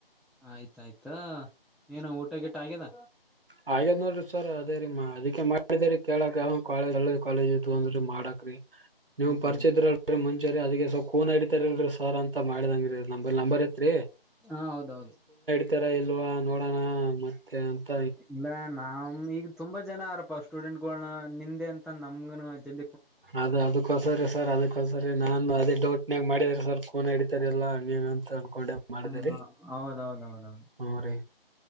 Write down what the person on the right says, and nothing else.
ಹಾಗದ್ ನೋಡ್ರಿ ಸರ್ ಅದೇ ರೀ ಅದಕ್ಕೆ ಮಾಡ ಕೇಳಕ್ ಕ ಕಾಲೇಜ ಅಂದ ಮಾಡಕ್ ನೀವು
ಪರಿಚಯ
ಇದಲ್ ಮುಂ ರಿ ಅದಗೆ ಸ ೋನ್ಡಿತಾರಲ್ರರಿ ಸಾರ್ ಅಂತ ಮಾಡ್ದಂಗ್ರೀ ನ ನಂಬರ್ ಐತ್ರಿ
ಈ ತರ ಇಲ್ವಾ ನೋಡೋಣ ಮತ್ತೆ ಅ
ಅದ ಅದಕ್ಕೋಸರಿ ಸರ್ ಅದಕ್ಕೊಸರಿ ನಾನ್ ಅದೇ ಡೌಟ್ನ್ಯಾಗ ಮಾಡಿದ್ರಿ ಸರ್ ಫೋ ಹಡಿತಾರೆ ಎಲ್ಲ ಹ ಅಂತ ಅನ್ಕೊಂಡೆ ಮಾಡಿದೇರಿ
ಹ್ಞೂ ರೀ